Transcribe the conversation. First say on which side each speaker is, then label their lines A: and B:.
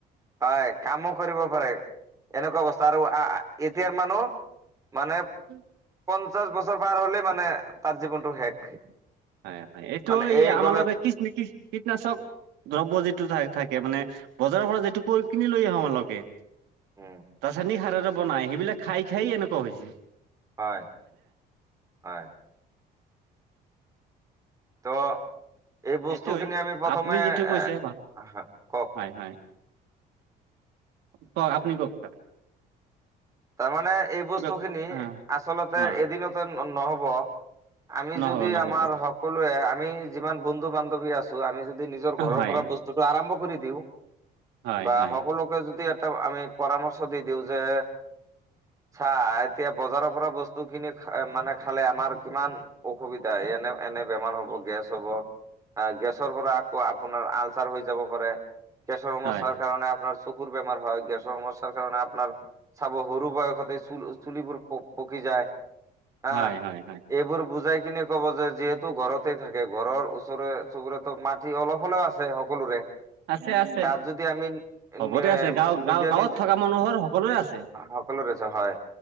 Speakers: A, on the right; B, on the right.
A: হয় কামো কৰিব পাৰে, এনেকুৱা অৱস্থা আৰু এতিয়াৰ মানুহ, মানে
B: <unintelligible>
A: পঞ্চাশ বছৰ পাৰ হলে মানে, তাৰ জীৱনটো শেষ।
B: হয়, হয় এইটো
A: মানে এই
B: আমাৰ
A: বোলে
B: লগে <unintelligible> কীটনাশক দ্ৰব্য যিটো থাকে, মানে বজাৰৰ পৰা যিটো কৈ কিনি লৈ আহো আমালোকে <unintelligible>
A: উম
B: সাৰৰে বনাই সেইবিলাক খাই-খাই এনেকুৱা হৈছে।
A: হয়, হয়। ত' এই বস্তুখিনি
B: সেইটোৱে
A: আমি প্ৰথমে
B: আপুনি যিটো কৈছে
A: এ হা কওক
B: হয়, হয়। ক আপুনি কওক <unintelligible>
A: তাৰমানে এই বস্তু
B: কিবা
A: খিনি
B: অ
A: আচলতে
B: অ
A: এদিনতে নহব। আমি
B: নহ'ব
A: যদি
B: নহ'ব
A: আমাৰ সকলোৱে আমি যিমান বন্ধু-বান্ধৱী আছো। আমি যদি নিজৰ ঘৰৰ
B: হয়
A: পৰা বস্তুটো আৰম্ভ কৰি দিওঁ,
B: হয়
A: বা
B: হয়
A: সকলো যদি এটা আমি পৰামৰ্শ দি দিওঁ যে চা এতিয়া বজাৰৰ পৰা বস্তু বস্তুখিনি মানে খালে, আমাৰ কিমান অসুবিধা এনে-এনে বেমাৰ হ'ব গেছ হ'ব। গেছৰ পৰা আকৌ আপোনাৰ আলচাৰ হৈ যাব পাৰে। গেছৰ সমস্যাৰ
B: হয়
A: কাৰণে আপোনাৰ চকুৰ বেমাৰ হয়, গেছৰ সমস্যাৰ কাৰণে আপোনাৰ চাব সৰু বয়সতে চুল-চুলিবোৰ প-পকি যায়। হা,
B: হয় হয় হয়
A: এইবোৰ বুজাই কিনে ক'ব যে, যিহেতু ঘৰতেই থাকে ঘৰৰ ওচৰে চুবুৰেতো মাটি অলপ হ'লেও আছে সকলোৰে।
B: আছে আছে
A: তাত যদি আমি নিজে-নিজে
B: চবৰে আছে গাঁও গাঁও গাঁৱত থকা মানুহৰ সকলোৱে আছে।
A: সকলোৰে আছে হয়,